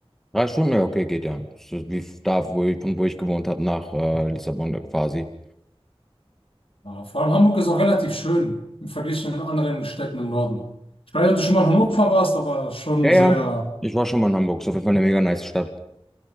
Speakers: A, in the centre; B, on the left (about 65°).
A: Drei Stunden? Ja, okay, geht ja. Ist das wie f- da, wo ich, von wo ich gewohnt habe, nach äh, Lissabon quasi.
B: Ja, vor allem Hamburg ist auch relativ schön im Vergleich zu den anderen Städten im Norden. Ich weiß nicht, ob du schon mal in Hannover warst, aber schon
A: Ja, ja.
B: sehr,
A: Ich war schon mal in Hamburg. Ist auf jeden Fall eine mega nice Stadt.